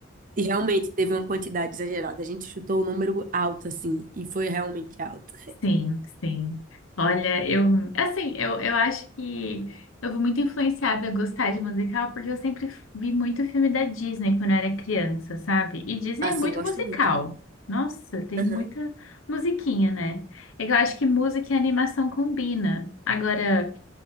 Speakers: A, on the right; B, on the left.
A: E realmente teve uma quantidade exagerada. A gente chutou o número alto, assim, e foi realmente alto.
B: Sim, sim. Olha, eu, assim, eu, eu acho que eu fui muito influenciada a gostar de musical porque eu sempre vi muito filme da Disney quando eu era criança, sabe? E Disney
A: Assim,
B: é muito
A: gosto
B: musical.
A: muito.
B: Nossa, tem
A: Aham.
B: muita musiquinha, né? É que eu acho que música e animação combina. Agora,